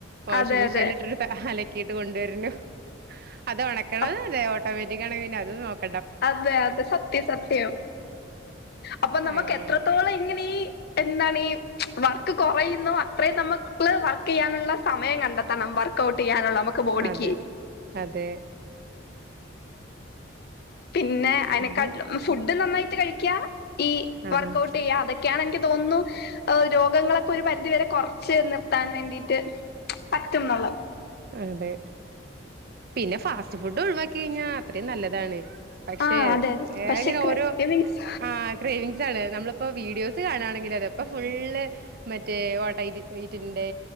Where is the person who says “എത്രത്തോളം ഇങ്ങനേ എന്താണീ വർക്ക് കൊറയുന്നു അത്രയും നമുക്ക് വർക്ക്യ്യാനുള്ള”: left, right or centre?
Left